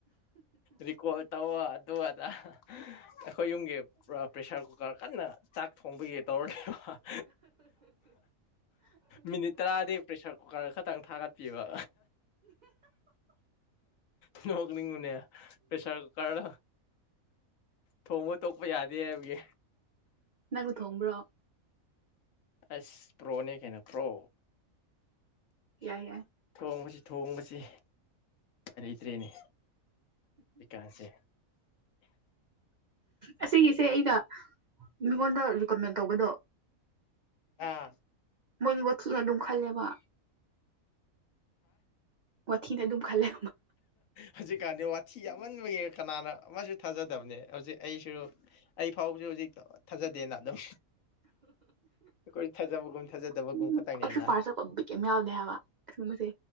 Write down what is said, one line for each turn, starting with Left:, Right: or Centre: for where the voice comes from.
Left: ꯔꯤꯀꯣꯔꯠ ꯇꯧ ꯑꯗꯨ ꯑꯗ ꯑꯩꯈꯣꯏ ꯌꯨꯝꯒꯤ ꯄ꯭ꯔꯦꯁꯔ ꯀꯨꯀꯔ ꯀꯟꯅ ꯆꯥꯛ ꯊꯣꯡꯕꯒꯤ ꯇꯧꯔꯅꯦꯕ ꯃꯤꯅꯤꯠ ꯇꯔꯥꯗꯤ ꯄ꯭ꯔꯦꯁꯔ ꯀꯨꯀꯔ ꯈꯛꯇꯪ ꯊꯥꯒꯠꯄꯤꯕ inaudible ꯍꯅꯤꯡ ꯃꯨꯅꯌꯥ ꯄꯦꯁꯥ ꯀꯔꯅ ꯊꯣꯡꯕ ꯇꯣꯛꯄ ꯌꯥꯗꯦ ꯍꯥꯏꯕꯒꯤ
Right: ꯅꯪꯕꯨ ꯊꯣꯡꯕ꯭ꯔꯣ
Left: ꯑꯁ ꯄ꯭ꯔꯣꯅꯦ ꯀꯩꯅꯩꯅ ꯄ꯭ꯔꯣ
Right: ꯌꯥꯏ ꯌꯥꯏ
Left: ꯊꯣꯡꯕꯁꯤ ꯊꯣꯡꯕꯁꯤ ꯂꯩꯇ꯭ꯔꯦꯅꯦ ꯀꯁꯦ <inaudible>
Right: ꯑꯁꯤꯒꯤꯁꯦ ꯑꯩꯩꯅ ꯃꯤꯉꯣꯟꯗ ꯔꯤꯀꯃꯦꯟ ꯇꯧꯕꯗꯣ
Left: ꯑꯥ
Right: ꯃꯣꯏꯅꯤꯕꯨ ꯊꯤꯅ ꯑꯗꯨꯝ ꯈꯜꯂꯦꯕ ꯋꯥꯊ ꯇ ꯑꯗꯨ ꯈꯂ
Left: ꯍꯧꯖꯤꯛꯀꯥꯟꯅꯤ ꯋꯥꯊꯤ ꯌꯥꯝꯃꯟꯕꯒꯤ ꯀꯅꯥꯅ ꯑꯃꯁ ꯊꯥꯖꯗꯕꯅꯦ ꯍꯧꯖꯤꯛ ꯑꯩꯁꯨ ꯑꯩ ꯐꯥꯎꯕꯁꯨ ꯍꯧꯖꯤꯛ ꯊꯥꯖꯗꯦꯅ ꯑꯗꯨꯝ ꯑꯩꯈꯣꯏ ꯊꯥꯖꯕꯒꯨꯝ ꯊꯥꯖꯗꯕꯒꯨꯝ
Right: ꯃꯥ
Left: ꯈꯛꯇꯪꯅꯦꯅ
Right: ꯑꯩꯁꯨ ꯐꯥꯔꯁ ꯆꯠꯄ ꯕꯤꯠ ꯀꯩꯝ ꯌꯥꯎꯗꯦ ꯍꯥꯏꯕ ꯑꯁꯤꯒꯨꯝꯕꯁꯦ